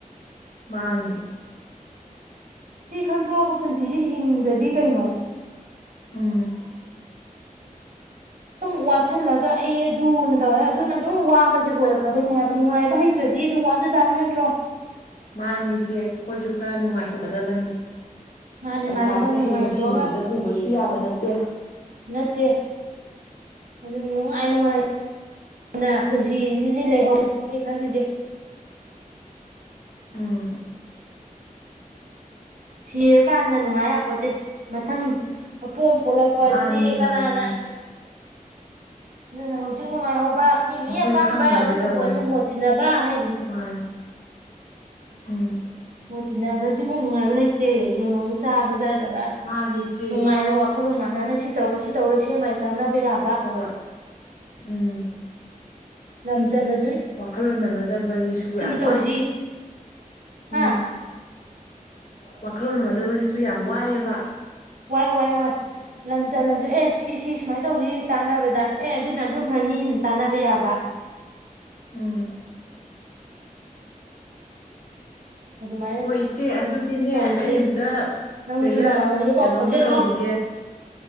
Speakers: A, on the left; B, on the right.
A: ꯃꯥꯅꯤ
B: ꯁꯤ ꯈꯟꯇꯣꯛꯑꯒ ꯄꯨꯟꯁꯤꯁꯤ ꯍꯤꯡꯗ꯭ꯔꯗꯤ ꯀꯩꯅꯣ꯫
A: ꯎꯝ
B: ꯁꯨꯝ ꯋꯥꯁꯤꯜꯂꯒ ꯑꯩ ꯑꯗꯨꯅ ꯇꯧꯋꯦ ꯑꯗꯨꯅ ꯑꯗꯨꯝ ꯋꯥꯕꯁꯦ ꯑꯣꯏꯔꯛꯀꯗꯣꯏꯅꯦ ꯍꯥꯏꯕ ꯅꯨꯡꯉꯥꯏꯕ ꯍꯩꯇ꯭ꯔꯗꯤ ꯑꯗꯨꯝ ꯋꯥꯖꯥ ꯇꯥꯝꯃꯤ ꯅꯠꯇ꯭ꯔꯣ꯫
A: ꯃꯥꯅꯤ ꯏꯆꯦ ꯑꯩꯈꯣꯏꯁꯨ ꯈꯔ ꯅꯨꯡꯉꯥꯏꯊꯣꯛꯀꯗꯕꯅꯤ꯫
B: ꯃꯥꯅꯦ
A: ꯄꯩꯁꯥꯁꯦ
B: ꯃꯥꯅꯦ ꯈꯔ ꯅꯨꯡꯉꯥꯏꯊꯣꯛꯑꯒ
A: ꯍꯌꯦꯡ ꯁꯤꯕꯗ ꯄꯨꯕꯁꯨ ꯌꯥꯕ ꯅꯠ ꯇꯦ
B: ꯅꯠꯇꯦ ꯑꯗꯨ ꯅꯨꯡꯉꯥꯏ ꯅꯨꯡꯉꯥꯏꯅ ꯄꯨꯟꯁꯤꯁꯤꯗꯤ ꯂꯩꯍꯧꯅꯤ ꯑꯩ ꯈꯜꯂꯤꯁꯦ꯫
A: ꯎꯝ
B: ꯁꯤꯔꯀꯥꯟꯗ ꯅꯨꯡꯉꯥꯏ ꯌꯥꯄꯣꯠꯇꯦ ꯃꯊꯪ ꯄꯣꯛ ꯄꯣꯛꯂꯛꯄ
A: ꯃꯥꯅꯤꯅꯦ
B: ꯑꯗꯨꯗꯤ
A: ꯃꯥꯅꯤꯅꯦ
B: ꯀꯅꯥꯅ ꯑꯁ ꯑꯗꯨꯅ ꯍꯧꯖꯤꯛ ꯅꯨꯡꯉꯥꯏꯍꯧ ꯄ ꯃꯤꯃꯤ
A: ꯑꯩꯈꯣꯏ
B: ꯑꯄꯥꯝꯕ
A: ꯈꯪꯉꯔꯣꯏꯗꯕꯅꯤ
B: ꯑꯗꯨꯅꯕꯨ ꯑꯩꯅ ꯃꯣꯠ ꯇꯤꯟꯅꯕ ꯍꯥꯏꯁꯤꯅꯤ
A: ꯃꯥꯅꯤ ꯎꯝ
B: ꯃꯣꯠ ꯇꯤꯟꯅꯕ ꯁꯤꯃꯨꯛ ꯅꯨꯡꯉꯥꯏꯕ ꯂꯩ ꯇꯦ ꯅꯣꯡꯃ ꯆꯥꯕ ꯆꯥꯗꯕ
A: ꯃꯥꯅꯤ
B: <unintelligible>
A: ꯏꯆꯦ
B: ꯅꯨꯡꯉꯥꯏꯔ ꯋꯥ <unintelligible> ꯋꯥꯈꯜꯂꯣꯟ ꯃꯥꯟꯅꯅ ꯁꯤ ꯇꯧꯕ ꯁꯤ ꯇꯧꯕ ꯁꯦ ꯃꯥꯏ ꯇꯥꯅꯕ ꯌꯥꯕ
A: ꯍꯣꯏ ꯎꯝ
B: ꯂꯝ ꯆꯠꯂ
A: ꯋꯥꯈꯜꯂꯣꯟ ꯃꯥꯟꯅꯗꯕꯖꯤꯁꯨ ꯌꯥꯝ ꯋꯥꯏ
B: ꯇꯧꯁꯤ
A: ꯎꯝ
B: ꯍꯥ
A: ꯋꯥꯈꯜꯂꯣꯟ ꯃꯥꯟꯅꯗꯕꯖꯤꯁꯨ ꯌꯥꯝ ꯋꯥꯏꯌꯦꯕ꯫
B: ꯋꯥꯏ ꯋꯥꯏ ꯋꯥꯏ ꯂꯝ ꯆꯜꯂꯖꯨ ꯑꯦ ꯁꯤ ꯁꯤ ꯁꯨꯃꯥꯏꯅ ꯇꯧꯖꯤ ꯇꯥꯟꯅꯕꯗ ꯑꯦ ꯑꯗꯨꯅ ꯑꯗꯨ ꯐꯅꯤꯅ ꯇꯥꯟꯅꯕ ꯌꯥꯕ
A: ꯎꯝ
B: ꯑꯗꯨꯃꯥꯏꯅ
A: ꯍꯣꯏ ꯏꯆꯦ ꯑꯗꯨꯗꯤꯅꯦ
B: ꯇꯧꯔꯁꯤ
A: ꯑꯩ ꯑꯝꯇ
B: ꯅꯪꯁꯨ
A: ꯁꯤꯗꯩꯗ
B: ꯅꯃꯥꯟꯅꯕꯤꯗꯣ
A: ꯀꯩꯅꯣꯝꯇ
B: ꯄꯥꯎ ꯐꯥꯎꯖꯜꯂꯣ
A: ꯇꯧꯈꯤꯒꯦ